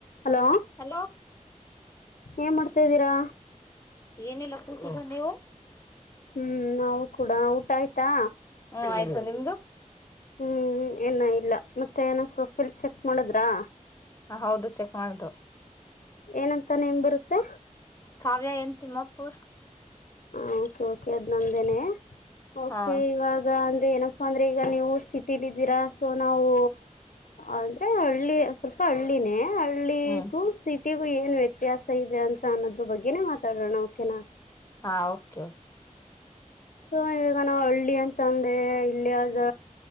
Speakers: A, on the left; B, on the left.
A: ಹಲೋ
B: ಹಲೋ
A: ಏನ್ ಮಾಡ್ತಿದ್ದೀರಾ
B: ಏನಿಲ್ಲ ಕೂತಿದ್ದೀನಿ ನೀವು
A: ಹ್ಮ್ ನಾವು ಕೂಡ ಊಟ ಆಯ್ತಾ
B: ಹ್ಮ್ ಆಯ್ತು ನಿಮ್ದು
A: ಹ್ಮ್ ಏನ ಇಲ್ಲ ಮತ್ ತ್ತೇ ಏನೋ ಪ್ರೊಫೈಲ್ ಚೆಕ್ ಮಾಡಿದ್ರಾ
B: ಹಾ ಹೌದು ಚೆಕ್ ಮಾಡ್ದೋ
A: ಏನಂತ ನೇಮ್ ಬರುತ್ತೆ
B: ಕಾವ್ಯ ಎನ್ ತಿಮ್ಮಾಪುರ್
A: ಹಾ ಓಕೆ ಓಕೆ ಅದ್ ನಂದ್ ದೇನೇ ಓಕೆ
B: ಹಾ
A: ಇವಾಗ ಅಂದ್ರೆ ಏನಪ್ ಅಂದ್ರೆ ಈಗ ನೀವು ಸಿಟಿಲಿ ಇದ್ದೀರಾ ಸೊ ನಾವು ಅಂದ್ರೆ ಹಳ್ಳಿ ಸ್ವಲ್ಪ ಹಳ್ಳಿನೇ ಹಳ್ಳಿಗೂ
B: ಹ್ಮ್
A: ಸಿಟ್ ಟ್ಟಿಗೂ ಏನ್ ವ್ಯತ್ಯಾಸ ಇದೆ ಅಂತ ಅನ್ನೋದ್ರ ಬಗ್ಗೆನೇ ಮಾತಾಡೋಣ ಓಕೆನಾ
B: ಹಾ ಓಕೆ ಓಕೆ
A: ಸೊ ಇವಾಗ ನಾವು ಹಳ್ಳಿ ಅಂತಂದ್ರೆ ಇಲ್ಲಿದ